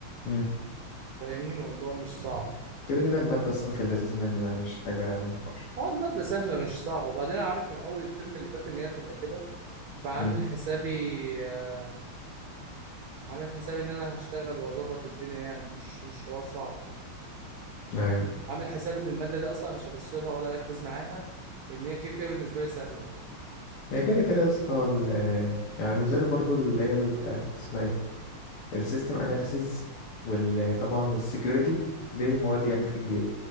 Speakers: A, on the left (about 75°); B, on the right (about 85°).
A: امم
B: فاهمني الموضوع مش صعب
A: كده كده المادة أصلا في اللذيذ منه يعني مش حاجة وحشة
B: هو المادة سهلة مش صعبة وبعدين انا عارف من اول الترم اللي فات ان هي هتبقى كده فعامل
A: امم
B: حسابي آه، عامل حسابي ان انا هشتغل واظبط الدنيا يعني مش مش حوار صعب
A: ايوه
B: عامل حسابي ان الماده دي اصلا مش هبص لها ولا اركز معاها لان هي كده كده بالنسبه لي سهله
A: هي كده كده يا اسطى ال- يعني بنزل برضو اللي هي بتاعت اسمها ايه السيستم اناليسيز وطبعا والسكيورتي دي مواد يعني في الجيب